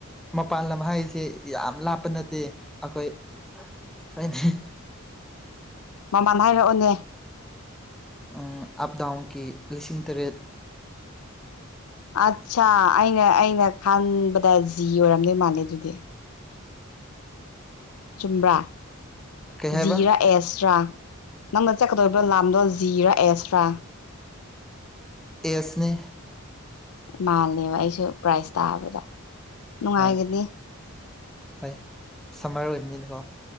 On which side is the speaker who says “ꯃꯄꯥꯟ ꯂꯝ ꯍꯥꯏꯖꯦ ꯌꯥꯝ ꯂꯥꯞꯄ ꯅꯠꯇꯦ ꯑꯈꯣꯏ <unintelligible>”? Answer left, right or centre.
Centre